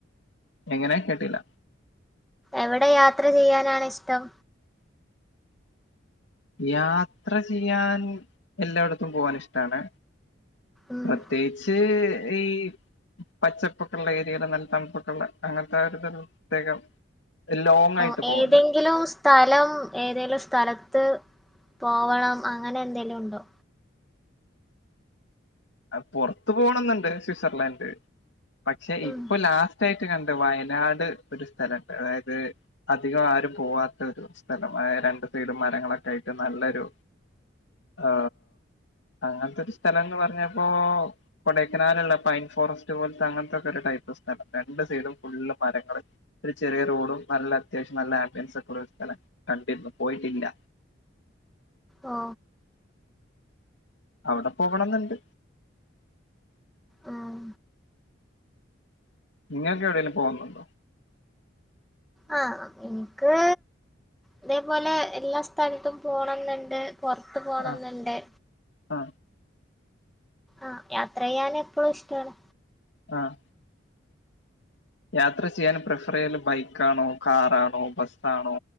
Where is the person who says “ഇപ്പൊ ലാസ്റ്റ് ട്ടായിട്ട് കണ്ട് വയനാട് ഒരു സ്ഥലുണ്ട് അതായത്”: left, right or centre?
Left